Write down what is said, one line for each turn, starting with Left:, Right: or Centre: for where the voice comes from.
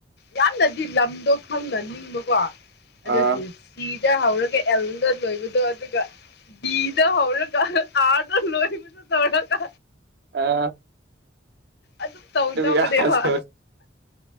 Left: ꯌꯥꯝꯅꯗꯤ ꯂꯝꯗꯣ ꯈꯪꯅ ꯅꯤꯡꯕꯀꯣ ꯑꯗꯨꯒꯤ
Right: ꯑꯥ
Left: ꯁꯤꯗ ꯍꯧꯔꯒ ꯑꯦꯜꯗ ꯂꯣꯏꯕꯗꯣ ꯑꯗꯨꯒ ꯕꯤꯗ ꯍꯧꯔꯒ꯫ ꯑꯥꯔꯗ ꯂꫭꯏꯕꯗꫭ ꯇꯧꯔꯒ
Right: ꯑ
Left: ꯑꯗꯨꯝ ꯇꯧꯅꯕꯅꯦꯕ
Right: ꯌꯥꯗꯕ